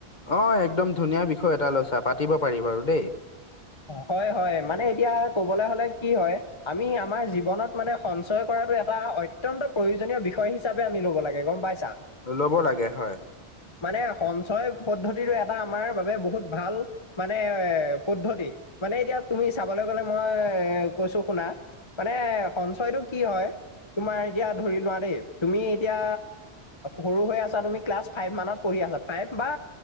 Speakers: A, on the left; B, on the left.
A: অঁ একদম ধুনীয়া বিষয় এটা লৈছা। পাতিব পাৰি বাৰু দেই।
B: হয় হয়, মানে এতিয়া ক'বলে হলে কি হয় আমি আমাৰ জীৱনত মানে সঞ্চয় কৰাটো এটা অত্যন্ত প্ৰয়োজনীয় বিষয় হিচ হিচাপে আমি ল'ব লাগে গম পাইছা?
A: ল'ব লাগে, হয়।
B: মানে সঞ্চয় পদ্ধতিটো এটা আমাৰ বাবে বহুত ভাল, মানে এ পদ্ধতি। মানে এতিয়া তুমি চাবলৈ গ'লে মই এ কৈছো শুনা মানে সঞ্চয়টো কি হয় তোমাৰ এতিয়া ধৰি লোৱা দেই, তুমি এতিয়া সৰু হৈ আছা তুমি ক্লাছ ফাইভ মানত পঢ়ি আছা। ফাইভ বা